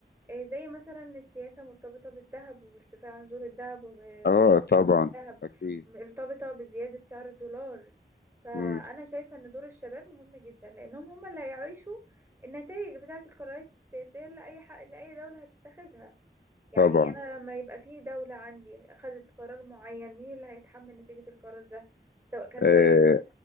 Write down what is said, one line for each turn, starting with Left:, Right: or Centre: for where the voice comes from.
Right: آه، زي مثلا السياسة مرتبطة بالذهب وبارتفاع نزول الذهب والذهب
Left: اه طبعا اكيد
Right: مرتبطة بزيادة سعر الدولار فأنا
Left: مم.
Right: شايفة إن دور الشباب مهم جدا لأنهم هم اللي هيعيشوا النتائج بتاعة القرارات السياسية لأي حق لأي دولة هتتخذها يعني
Left: طبعا
Right: انا لما يبقى في دولة عندي خدت قرار معين مين اللي هيتحمل نتيجة القرار ده سواء كان
Left: آه
Right: سيء أو